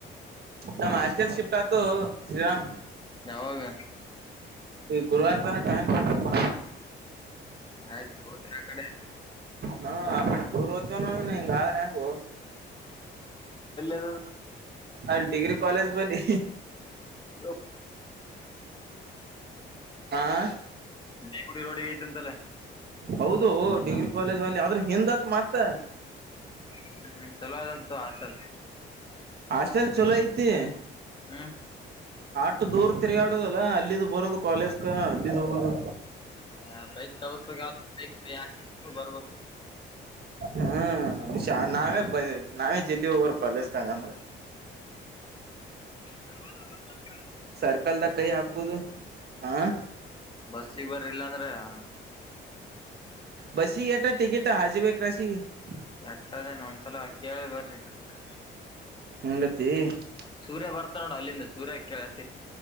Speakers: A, on the right; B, on the left.
A: ನಮ್ಮ ಆಸ್ಲ್ ಶಿಫ್ಟ್ ಆತು ಶ್ರೀರಾಮ್
B: ಯಾವಾಗ
A: ಈ ಗುರುವಾರ ತಾನ ಟೈಮ್ ಕೊ
B: ಆಯ್ತ ಗತರ ಕಡೆ
A: ಹಾ ಅ ದೂರ್ ಓ್ತೇವನ ಇ ಹಂಗಾದ್ರೆ ಹೆಂಗ
B: ಹ್ಮ
A: ಅಲ್ಲಿ ಡಿಗ್ರಿ ಕಾಲೇಜ್ ಬಲಿಿ
B: ಇ
A: ಆಾ
B: ದಪುಡಿ ರೋಡಿಗೆ ಐತೆಂತಲ್ಲ
A: ಹೌದು ಡಿಗ್ರಿ ಕಾಲೇಜ್ ಅಲ್ಲಿ ಆದದ್ರ ಹಿಂದತ್ ಮತ್ತ
B: ಹ್ಮ್ ಚಲೋ ಅದಂತು ಆಸಲ್
A: ಆಷ್ಟಟಲ್ ಚಲ ಐತಿ
B: ಹ್ಮ
A: ಅಷ್ಟು ದೂರ್ ತಿರುಗಾಡುದಲ್ಲಾ ಅಲ್ಲಿಿದು ಬರೋದು ಕಾಲೇಜ್ ಕ ಅಲ್ಲಿಿದ ಹೋಗೋದು
B: ಹಾ ಬ್ರೈಕ್ ತಗಸ್ಬೇಕ ಯ ಬರ್ಬೇಕು
A: ಹ್ಮ್ ಶಾ ನಾವೇ ಬರ ನಾವೇ ಜಲ್ಲಿಿ ಒಬ್ವರು ಕಾಲೇಜ ಕಂಗಂದ್ರೆ
B: ವ ಬ
A: ಸರ್ಕಲ್ ದಾಗಾ ಕೈ ಹಾಕುದು ಆ <unintelligible>
B: ಬಸಿಗ್ ಬರಿ ಇಲ್ಲ ಅಂದ್ರ? <unintelligible>
A: ಬಸಿಗ ಎಟ ಐತಿ ಟಿಕೆಟ್ ಹಾಜಿಬೇ ಕ್ರಾಸ್ ಗೆ <unintelligible>
B: ಎಟ್ಟದೇನ ಒಂದ್ಸಲ ಕೇಳಿ ಬರ್ರಿ. <unintelligible>
A: ಹಂಗತಿ. <unintelligible>
B: ಸೂರ್ಯ ಬರ್ತಾ ನೋಡ ಅಲ್ಲಿಂದ ಸೂರ್ಯಗ ಕೇಳ? <unintelligible>